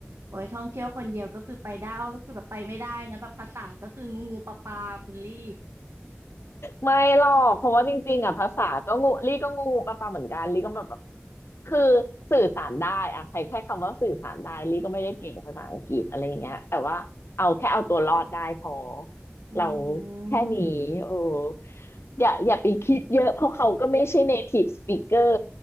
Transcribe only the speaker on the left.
ไม่หรอกเพราะว่าจริงๆอ่ะภาษาก็งูลี่ก็งูปะปะเหมือนกันลี่ก็แบบ คือสื่อสารได้อะใช้แค่คำว่าสื่อสารได้ลี่ก็ไม่ได้เก่งภาษาอังกฤษอะไรอย่างเงี้ยแต่ว่าเอาแค่เอาตัวรอดได้พอ
เราแค่นี้โอ้อย่าอย่าไปคิดเยอะเพราะเขาก็ไม่ใช่ native speaker